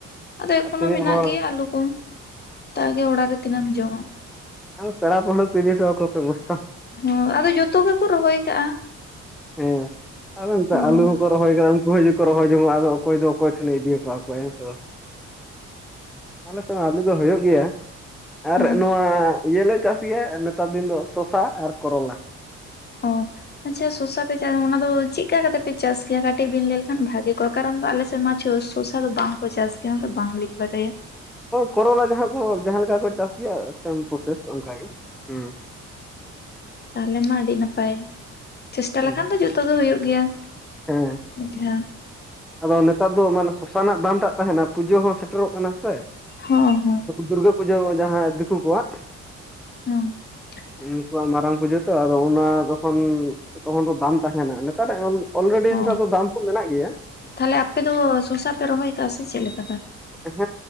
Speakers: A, on the left (about 35°); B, in the centre.
A: ᱟᱫᱚ ᱮᱠᱷᱚᱱᱳ
B: ᱟᱨ ᱛᱤᱱᱟᱹᱜ
A: ᱢᱮᱱᱟᱜ
B: ᱦᱚᱲ
A: ᱜᱮᱭᱟ ᱟᱹᱞᱩ ᱠᱚ᱾ ᱛᱟ ᱜᱮ ᱚᱲᱟᱜ ᱨᱮ ᱛᱤᱱᱟᱹᱜ ᱮᱢ ᱡᱚᱢᱟ᱾
B: ᱵᱟᱝ ᱯᱮᱲᱟ ᱯᱟᱦᱲᱟᱹ ᱠᱚ ᱤᱫᱤ ᱦᱚᱴᱚ ᱟᱠᱚ ᱯᱮ ᱵᱚᱥᱛᱟ ᱾
A: ᱦᱚᱸ ᱟᱫᱚ ᱡᱚᱛᱚ ᱜᱮᱠᱚ ᱨᱚᱦᱚᱭ ᱠᱟᱜᱼᱟ᱾
B: ᱦᱮᱸ ᱟᱫᱚ ᱱᱤᱛᱚ
A: ᱦᱚᱸ
B: ᱟᱹᱞᱩ ᱦᱚᱸᱠᱚ ᱨᱚᱦᱚᱭ ᱠᱟᱫᱟ ᱩᱱᱠᱩ ᱦᱚᱸᱤᱡᱩᱜ ᱠᱚ ᱨᱚᱦᱚᱭ ᱡᱚᱝᱟ ᱟᱫᱚ ᱚᱠᱚᱭ ᱫᱚ ᱚᱠᱚᱭ ᱴᱷᱮᱱ ᱤᱫᱤ ᱦᱚᱴᱚᱣᱟ ᱟᱠᱚᱣᱟ, ᱦᱮᱸᱫᱮ ᱵᱟᱝ᱾ ᱟᱞᱮ ᱥᱮᱫ ᱦᱚᱸ ᱟᱹᱞᱩ ᱫᱚ ᱦᱚᱭᱳᱜ ᱜᱮᱭᱟ ᱟᱨ
A: ᱦᱚᱸ
B: ᱱᱚᱣᱟ ᱤᱭᱟᱹᱞᱮ ᱪᱟᱥ ᱜᱮᱭᱟ ᱱᱮᱛᱟᱨ ᱫᱤᱱ ᱫᱚ ᱥᱚᱥᱟ ᱟᱨ ᱠᱚᱨᱚᱞᱟ᱾
A: ᱚ᱾ ᱟᱪᱪᱷᱟ ᱥᱚᱥᱟ ᱯᱮ ᱪᱟᱥ ᱚᱱᱟ ᱫᱚ ᱪᱮᱫ ᱠᱟ ᱠᱟᱛᱮ ᱯᱮ ᱪᱟᱥ ᱜᱮᱭᱟ ᱠᱟᱹᱴᱤᱡ ᱵᱤᱱ ᱞᱟᱹᱭ ᱞᱮᱠᱷᱟᱱ ᱵᱷᱟᱜᱤ ᱠᱚᱠ? ᱠᱟᱨᱚᱱ ᱫᱚ ᱟᱞᱮᱥᱮᱫ ᱢᱟ ᱪᱷᱚ ᱥᱚᱥᱟ ᱫᱚ ᱵᱟᱝ ᱠᱚ ᱪᱟᱥ ᱜᱮᱭᱟ, ᱚᱱᱟᱛᱮ ᱵᱟᱝᱞ ᱵᱟᱰᱟᱭᱟ᱾
B: ᱠᱚᱨᱚᱞᱟ ᱡᱟᱦᱟᱸ ᱠᱚ ᱡᱟᱦᱟᱸ ᱞᱮᱠᱟ ᱠᱚ ᱪᱟᱥ ᱜᱮᱭᱟ ᱥᱮᱢ ᱯᱨᱚᱥᱮᱥ ᱚᱱᱠᱟᱜ ᱜᱮ ᱦᱮᱸ᱾
A: ᱛᱟᱞᱦᱮ ᱢᱟ ᱟᱹᱰᱤ ᱱᱟᱯᱟᱭ᱾ ᱪᱮᱥᱴᱟ
B: ᱦᱩᱸ
A: ᱞᱮᱠᱷᱟᱱ ᱫᱚ ᱡᱷᱚᱛᱚ ᱜᱮ ᱦᱚᱭᱩᱜ ᱜᱮᱭᱟ᱾
B: ᱦᱮᱸ
A: ᱟᱪᱷᱟ᱾
B: ᱟᱫᱚ ᱱᱮᱛᱟᱨ ᱫᱚ ᱢᱟᱱᱮ ᱥᱚᱥᱟᱱᱟᱜ ᱫᱟᱢ ᱴᱟᱜ ᱛᱟᱦᱮᱱᱟ, ᱯᱩᱡᱟᱹ ᱦᱚᱸ ᱥᱮᱴᱮᱨᱚᱜ ᱠᱟᱱᱟ ᱥᱮ᱾
A: ᱦᱚᱸ ᱦᱳᱭ᱾
B: ᱫᱩᱨᱜᱟᱹ ᱯᱩᱡᱟᱹ ᱡᱟᱦᱟᱸ ᱫᱤᱠᱩ ᱠᱚᱣᱟᱜ᱾
A: <unintelligible>
B: ᱩᱱᱠᱩᱣᱟᱜ ᱢᱟᱨᱟᱝ ᱯᱩᱡᱟᱹ ᱛᱚ ᱟᱫᱚ ᱚᱱᱟ ᱡᱚᱠᱷᱚᱱ ᱛᱚᱠᱷᱚᱱ ᱫᱚ ᱫᱟᱢ ᱛᱟᱦᱮᱱᱟ ᱱᱮᱛᱟᱨᱟᱜ ᱮᱢ ᱚᱞᱨᱮᱰᱤ <unintelligible>
A: ᱚ
B: ᱫᱚ ᱫᱟᱢ ᱠᱚ ᱢᱮᱱᱟᱜ ᱜᱮᱭᱟ ᱾
A: ᱛᱟᱦᱚᱞᱮ ᱟᱯᱮ ᱫᱚ ᱥᱚᱥᱟ ᱯᱮ ᱨᱚᱦᱚᱭ ᱠᱟᱜ-ᱟ ᱥᱮ ᱪᱮᱫᱞᱠᱟ ᱛᱟᱞᱦᱮ?
B: ᱦᱮᱸ